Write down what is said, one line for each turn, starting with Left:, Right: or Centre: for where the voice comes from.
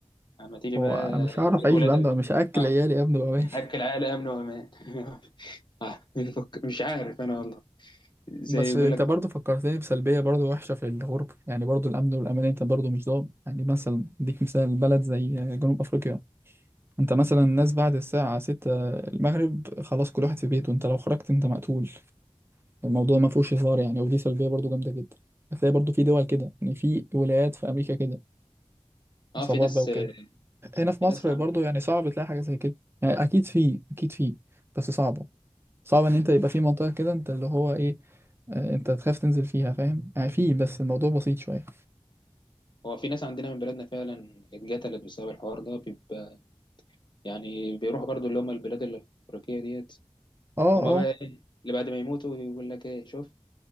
Left: اما تيجي
Right: هو
Left: بقى
Right: مش هعرف اعيش
Left: الولاد
Right: بأمن مش هاكل
Left: اه
Right: عيالي يا ابني بامان
Left: اكل عائله امن وامان <laughs> آه، بيفك- مش عارف انا والله
Right: <laughs>
Left: زي
Right: بس
Left: يقول
Right: انت
Left: لك برضه
Right: برضو فكرتني بسلبيه برضو وحشه في الغربه يعني برضو الامن والامان انت برضو مش ضامن يعني مثلا اديك مثال بلد زي جنوب افريقيا انت مثلا الناس بعد الساعه 6 المغرب خلاص كل واحد في بيته انت لو خرجت انت مقتول الموضوع ما فيهوش هزار يعني ودي سلبيه برضو جامده جدا هتلاقي برضو في دول كده يعني في ولايات في امريكا كده
Left: اه
Right: عصابات
Left: في ناس
Right: بقى وكده هنا في
Left: في
Right: مصر
Left: ناس عن-
Right: برضو يعني صعب تلاقي حاجة زي كده يعني أكيد في أكيد في بس صعبة صعب إن أنت يبقى في منطقة كده أنت اللي هو إيه آه، أنت تخاف تنزل فيها فاهم يعني في بس الموضوع بسيط شوية
Left: هو في ناس عندنا من بلادنا فعلا اتقتلت بسبب الحوار ده بيبقى يعني بيروحوا برضه اللي هم البلاد الافريقيه ديت
Right: أه
Left: هما بقى
Right: أه
Left: ايه اللي بعد ما يموتوا يقول لك ايه شوف